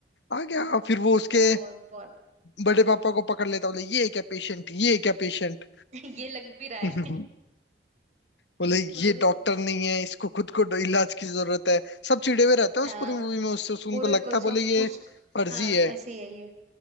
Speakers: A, on the left; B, on the right.
A: आ गया फिर वो उसके
B: बहुत बहुत
A: बड़े पापा को पकड़ लेता बोले ये क्या पेशेंट ये क्या पेशेंट
B: <laughs> ये लग भी रहा है
A: <laughs>
B: <laughs>
A: बोले ये
B: वैसे तो
A: डॉक्टर
B: बोलता ही
A: नहीं
B: है
A: है इसको खुद को इलाज की जरूरत है सब चिड़े हुए रहते हैं
B: हाँ
A: उस पूरी मूवी में उससे उस-
B: और
A: उनको
B: एक
A: लगता
B: गजब
A: है बोले ये
B: उस
A: फर्जी
B: हाँ ऐसे
A: है
B: ही है ये